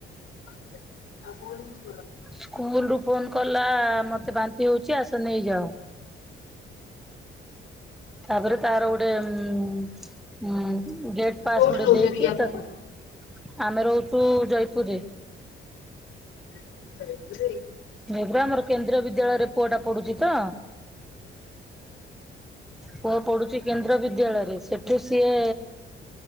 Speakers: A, on the left (about 75°); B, in the centre.
A: ଆଉ କଣ ହେଇଚି।
B: ସ୍କୁଲ ରୁ ଫୋନ କଲା ମତେ ବାନ୍ତି ହଉଛି ଆସ ନେଇଯାଅ ତାପରେ ତାର ଗୋଟେ ଉମ୍- ହୁଁ ଗେଟ୍ ପାସ୍
A: କୋଉଠି
B: ଗୁଟେ
A: ରହୁଛନ୍ତି
B: ଦେଇକି
A: କି ଆପଣ?
B: ତାକୁ ଆମେ ରହୁଛୁ ଜୟପୁରରେ।
A: <unintelligible>
B: ଏବେ ଆମର କେନ୍ଦ୍ରୀୟ ବିଦ୍ୟାଳୟରେ ପୁଅ ଟା ପଢୁଛି ତ ପୁଅ ପଢୁଛି କେନ୍ଦ୍ର ବିଦ୍ୟାଳୟରେ ସେଠୁ ସିଏ